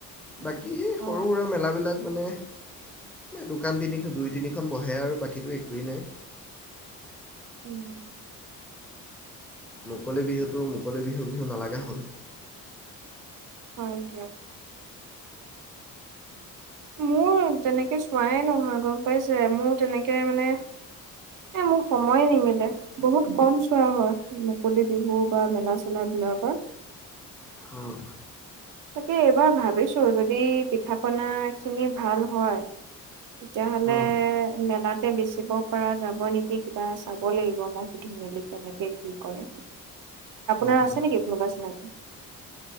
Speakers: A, in the centre; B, on the right.
A: বাকী সৰু
B: অ
A: সুৰা মেলাবিলাক মানে দোকান তিনি দুই তিনিখন বহে আৰু বাকীতো একোৱেই নাই
B: উম!
A: মুকলি বিহুটো মুকলি বিহু বিহু নালাগা হ'ল
B: হয় দিয়ক মোৰ তেনেকে চোৱাই নহয় গম পাইছে মোৰ তেনেকে মানে এ মোৰ সময়ে নিমিলে বহুত কম চোৱা হয় মুকলি বিহু বা মেলা চেলাবলাকৰ
A: উম,
B: তাকে এইবাৰ ভাবিছোঁ যদি পিঠা পনা খিনি ভাল হয় তেতিয়াহলে
A: উম,
B: মেলাতে বেচিব পৰা যাব নেকি কিবা চাব লাগিব মই সুধি মেলি কেনেকে কি কৰে আপোনাৰ
A: উম,
B: আছে নেকি কোনোবা চিনাকি চিনাকাকী